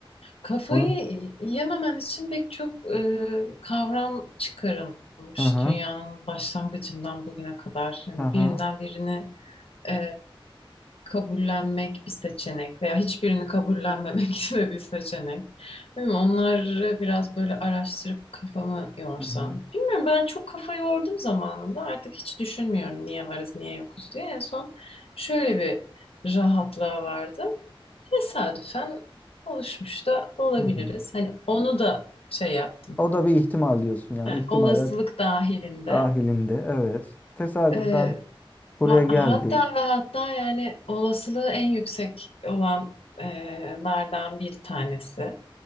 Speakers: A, on the left; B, on the left.
A: Kafayı
B: <laughs> Oy.
A: yememen için pek çok e, kavram çıkarılmış
B: Hı hı.
A: dünyanın başlangıcından bugüne kadar. Hani
B: Hı hı.
A: birinden birini e, kabullenmek bir seçenek veya hiçbirini kabullenmemek <laughs> de bir seçenek. Değil mi? onları biraz böyle araştırıp kafamı yorsam.
B: Hı hı.
A: Bilmiyorum ben çok kafa yordum zamanında artık hiç düşünmüyorum niye varız niye yokuz diye. En son şöyle bir rahatlığa vardım. Tesadüfen oluşmuş da olabiliriz.
B: Hı hı.
A: Hani onu da şey yaptım.
B: O da bir ihtimal diyorsun yani.
A: Ha,
B: ihtimaller
A: olasılık dahilinde.
B: dahilinde. Evet. Tesadüfen
A: Ee,
B: Buraya
A: ha-
B: geldik.
A: hatta ve hatta yani olasılığı en yüksek olanlardan bir tanesi.